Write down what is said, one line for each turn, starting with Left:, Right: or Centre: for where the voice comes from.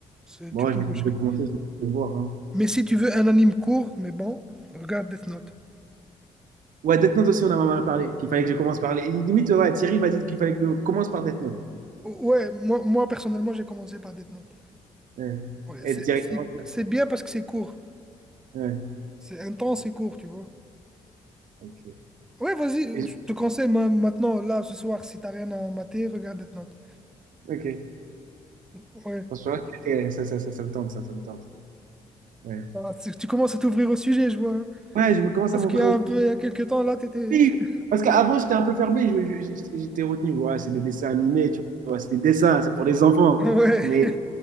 Centre: c'est-
Right: Bon,
Centre: Tu peux
Right: je vais
Centre: cocher.
Right: je vais commencer, je vais voir. hein.
Centre: Mais si tu veux un anime court, mais bon, regarde Death Note.
Right: Ouais, Death Note aussi, on en a parlé, qu'il fallait que je commence par les. Limite, ouais, Thierry m'a dit qu'il fallait que je commence par Death Note.
Centre: O- Ouais, moi, moi personnellement, j'ai commencé par Death Note.
Right: Ouais.
Centre: Ouais,
Right: Et
Centre: c'est
Right: directement.
Centre: c'est-
Right: Ouais.
Centre: c'est bien parce que c'est court.
Right: Ouais,
Centre: C'est intense et court, tu vois.
Right: Ok.
Centre: Ouais, vas-y,
Right: Et je-
Centre: je te conseille ma- maintenant, là, ce soir, si t'as rien à mater, regarde Death Note.
Right: Ok.
Centre: Ouais,
Right: Franchement, ok, Ça, ça, ça, ça me tente, ça, ça me tente. Ouais.
Centre: Ah, tu tu commences à t'ouvrir au sujet, je vois. hein.
Right: Ouais, je me commence
Centre: Parce
Right: à m'ouvrir
Centre: qu'il y a
Right: aussi.
Centre: un peu, il y a quelques temps, là, t'étais...
Right: Oui,
Centre: <laughs>
Right: Parce qu'avant, j'étais un peu fermé, je- je- je- j'étais retenu. Ouais, c'est des dessins animés, tu vois, c'est des dessins, c'est pour les enfants.
Centre: Ouais,
Right: Mais